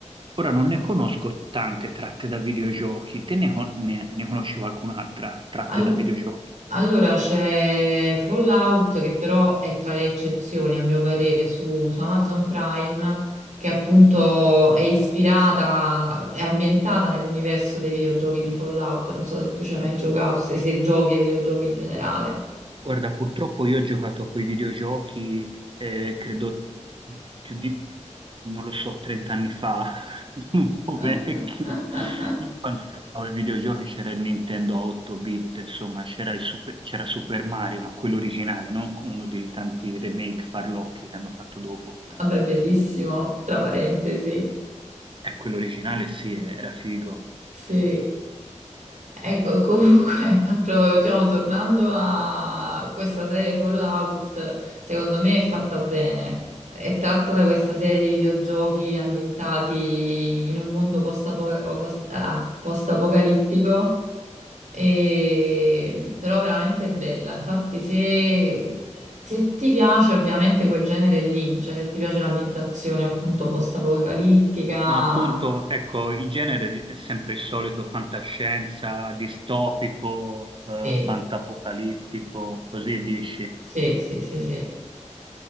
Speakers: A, on the right (about 45°); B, on the right (about 75°).
A: Ora non ne conosco tante tratte da videogiochi, te ne, con- ne ne conosci qualcun'altra tratte
B: Al-
A: da videogiochi?
B: allora c'è Fallout che però è tra le eccezioni a mio parere su, su Amazon Prime che appunto è ispirata, è ambientata nell'universo dei videogiochi di Fallout. Non so se tu ci hai mai giocato, se, se giochi ai videogiochi in generale.
A: Guarda, purtroppo io ho giocato con i videogiochi, eh, credo più di, non lo so, 30 anni fa, <laughs> sono un po'
B: <laughs>
A: vecchio. Io quando giocavo ai videogiochi c'era il Nintendo a 8 bit, insomma, c'era il Super, c'era Super Mario, ma quello originale, non uno dei tanti remake farlocchi che hanno fatto dopo.
B: Vabbè, bellissimo, tra parentesi.
A: E quello originale sì, eh, era figo.
B: Sì. Ecco, comunque, <laughs> a prov- diciamo, tornando a questa serie Fallout, secondo me è fatta bene. È tratta da questa serie di videogiochi ambientati in un mondo post-apo- o post- ah, post-apocalittico, e- però veramente bella. Infatti, se... se ti piace ovviamente quel genere lì, cioè se ti piace l'ambientazione appunto post-apocalittica,
A: Ma appunto, ecco, il genere è sempre il solito fantascienza, distopico,
B: sì,
A: eh, fantapocalittico, così dici.
B: sì, sì, sì. sì.